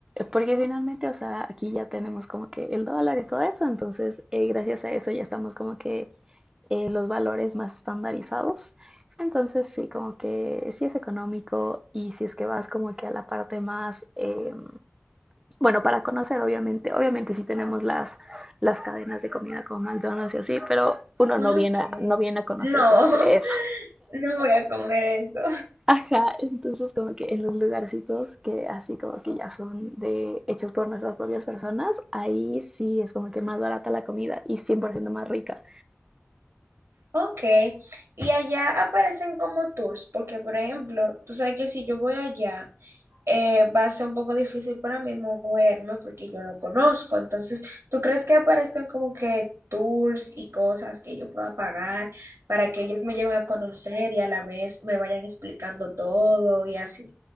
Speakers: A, on the right; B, on the right.
A: porque finalmente, o sea, aquí ya tenemos como que el dólar y todo eso, entonces eh, gracias a eso ya estamos como que eh, los valores más estandarizados. Entonces sí, como que sí es económico y si es que vas como que a la parte más eh, Bueno, para conocer, obviamente, obviamente sí tenemos las, las cadenas de comida como McDonald's y así, pero uno
B: Ok.
A: no viene a, no viene a conocer
B: No,
A: como que eso.
B: <laughs> no voy a comer eso.
A: Ajá, entonces como que en los lugarcitos que así como que ya son de hechos por nuestras propias personas, ahí sí es como que más barata la comida y 100% más rica.
B: Ok. Y allá aparecen como tours, porque por ejemplo, tú sabes que si yo voy allá, eh, va a ser un poco difícil para mí moverme porque yo no conozco. Entonces, ¿tú crees que aparezcan como que tours y cosas que yo pueda pagar para que ellos me lleven a conocer y a la vez me vayan explicando todo y así?